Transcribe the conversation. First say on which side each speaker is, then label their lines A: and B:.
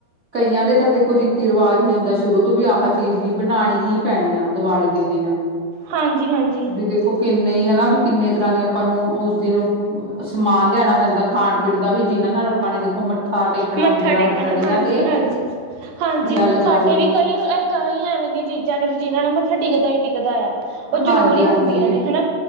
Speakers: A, on the right; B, on the right.
A: ਕਈਆਂ ਦੇ ਤਾਂ ਦੇਖੋ ਰੀਤੀ- ਰਿਵਾਜ਼ ਹੀ ਹੁੰਦਾ ਸ਼ੁਰੂ ਤੋਂ ਵੀ ਆਹ ਚੀਜ਼ ਹੀ ਬਣਾਣੀ ਹੀ ਪੈਣੀ ਆ ਦੀਵਾਲੀ ਦੇ ਦਿਨ,
B: ਹਾਂਜੀ ਹਾਂਜੀ।
A: ਵੀ ਦੇਖੋ। ਕਿੰਨੇ ਹਨਾ ਵੀ ਕਿੰਨੇ ਤਰ੍ਹਾਂ ਦੀ ਆਪਾਂ ਨੂੰ ਉਸ ਦਿਨ ਸਮਾਨ ਲਿਆਣਾ ਪੈਂਦਾ ਖਾਣ -ਪੀਣ ਦਾ ਵੀ ਜਿਹਨਾਂ ਨਾਲ ਆਪਾਂ ਨੇ ਦੇਖੋ ਮਠ ਮੱਥਾ ਟੇਕਣਾ
B: ਮੱਥਾ
A: ਹੂੰਦਰਾਂ
B: ਟੇਕਣਾ
A: ਹਟ੍ਰਿਆ
B: ਹਾਂਜੀ
A: ਤੇ
B: ਹਾਂਜੀ ਹਾਂਜੀ
A: ਯਾਂ
B: ਹੁਣ
A: ਲਗਾ
B: ਸਾਡੇ
A: ਲੋ।
B: ਵੀ ਕਈ ਕਈ ਐਵੇਂ ਦੀਆਂ ਚੀਜ਼ਾਂ ਨੇ ਵੀ ਜਿਨਾਂ ਨਾਲ ਮੱਥਾ ਟਿਕਦਾ ਈ ਟਿਕਦਾ ਯਾ। ਓ
A: ਹਾਂਜੀ
B: ਜ਼ਰੂਰੀ
A: ਹਾਂਜੀ
B: ਹੁੰਦੀਆਂ ਨੇ ਹੈਨਾ